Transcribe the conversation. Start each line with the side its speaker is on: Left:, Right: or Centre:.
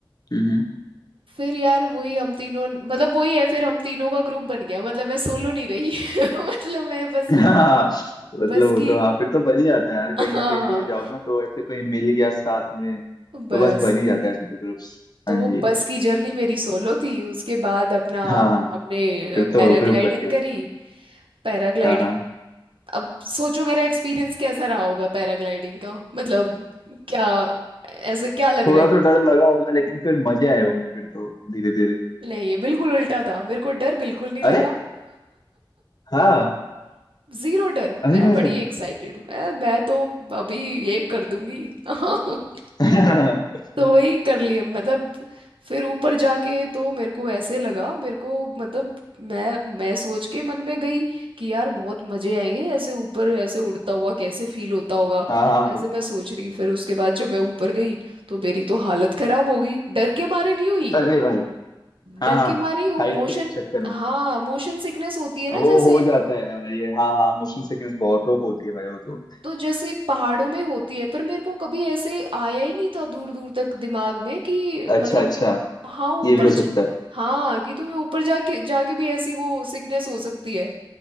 Left: हम्म
Right: फिर यार वही हम तीनों मतलब वही है फिर हम तीनों का ग्रुप बन गया मतलब मैं सोलो नहीं रही <laughs> मतलब मैं बस
Left: हाँ, <laughs> मतलब
Right: बस
Left: वो
Right: की
Left: तो हाँ फिर तो बन ही जाता है यार कहीं
Right: हाँ
Left: ना कहीं पे भी जाओ ना तो ऐसे कोई मिल गया साथ में
Right: बस
Left: तो बस बन ही जाता है ऐसे तो ग्रुप्स
Right: तो
Left: हाँ
Right: वो
Left: जी
Right: बस की जर्नी मेरी सोलो थी उसके बाद अपना
Left: हाँ हाँ
Right: हमने
Left: फिर तो
Right: पैराग्लाइडिंग
Left: ग्रुप बन गया
Right: करी पैराग्लाइडिंग
Left: हाँ हाँ
Right: अब सोचो मेरा एक्सपीरियंस कैसा रहा होगा पैराग्लाइडिंग का मतलब क्या ऐसा क्या लग
Left: थोड़ा
Right: रहा है
Left: तो डर लगा होगा लेकिन फिर मजे आए होंगे फिर तो धीरे धीरे
Right: नहीं ये बिल्कुल उल्टा था मेरे को डर बिल्कुल नहीं
Left: अरे
Right: लगा
Left: हाँ
Right: जीरो डर
Left: अरे
Right: मैं
Left: भाई
Right: बड़ी
Left: साहब
Right: एक्साइटेड मैं मैं तो अभी ये कर दूंगी <laughs>
Left: <laughs> अरे
Right: तो वही कर लिया मतलब फिर ऊपर जाके तो मेरे को ऐसे लगा मेरे को मतलब मैं मैं सोच के मन में गई कि यार बहुत मजे आएंगे ऐसे ऊपर ऐसे उड़ता हुआ कैसे फील होता होगा
Left: हाँ हाँ
Right: ऐसे
Left: हाँ
Right: मैं सोच रही फिर उसके बाद जब मैं ऊपर गई तो मेरी तो हालत खराब हो गई डर के मारे नहीं हुई
Left: अरे भाई हाँ
Right: डर
Left: हाँ
Right: के मारे ही वो
Left: हाइट
Right: मोशन
Left: के चक्कर में
Right: हाँ मोशन सिकनेस होती है ना
Left: वो
Right: जैसे
Left: हो जाता है यार ये हाँ हाँ मोशन सिकनेस बहुत लोग को होती है भाई वो तो
Right: तो जैसे पहाड़ों में होती है पर मेरे को कभी ऐसे आया ही नहीं था दूर दूर तक दिमाग में कि
Left: अच्छा
Right: मतलब
Left: अच्छा
Right: हाँ ऊपर
Left: ये भी हो
Right: ज...
Left: सकता है
Right: हाँ कि तुम्हें ऊपर जाके जाके भी ऐसी वो सिकनेस हो सकती है